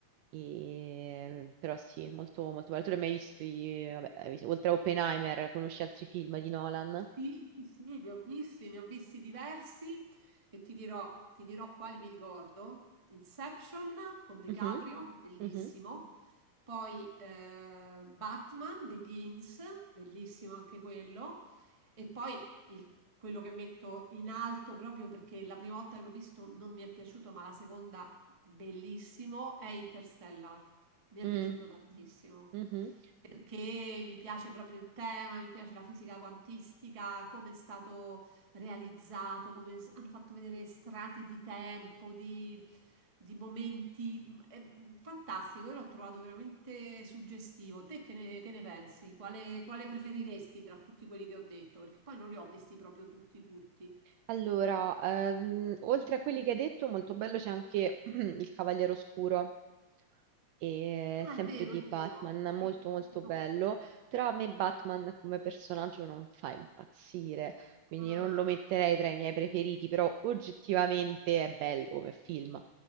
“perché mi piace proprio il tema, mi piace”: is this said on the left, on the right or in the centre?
Right